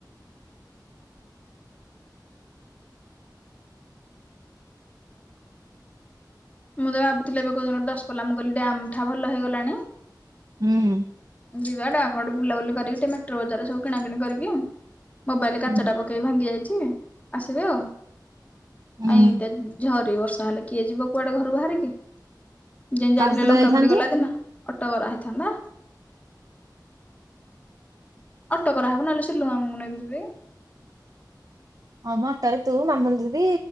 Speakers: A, on the left; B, on the right.
A: ମୁଁ ତ ଭାବିଥିଲି ଏବେ କୋଉଦିନ ଦସପଲ୍ଲା ମୁଁ କହିଲି ଡ୍ୟାମ ଠା ଭଲ ହେଇଗଲାଣି।
B: ହୁଁ।
A: ଯିବା ଡ୍ୟାମଆଡେ ବୁଲାବୁଲି କରିକି ଟିକେ ମେଟ୍ରୋ ବଜାରରେ ସବୁ କିଣା କିିଣି କରିକି ମୋବାଇଲ
B: ହୁଁ
A: କାଚଟା ପ ପକେଇ ଭାଙ୍ଗି ଯାଇଚି ଆସିବେ ଆଉ।
B: ହୁଁ
A: ଆଇ ଏନ୍ତିଆ ଝରି ବର୍ଷା ହେଲେ କିଏ ଯିବ କୁଆଡେ ଘରୁ ବାହାରିିକି। ଯେନ୍ତିି ଯାଇଥିଲେ
B: କାହା ସାଥିରେ
A: ଲଙ୍କାପୁଡି
B: ଯାଇଥାନ୍ତୁ?
A: ଗଲା ଦିନ ଅଟ କରାହେଇଥାନ୍ତା। ଅଟୋ କରାହବ ନହେଲେ ସିଲୁ ମାମୁଁଙ୍କୁ ନେଇକି ଯିବେ।
B: ହଁ ମ ଅଟରେ ତୁ ମାମୁନ ଦିଦି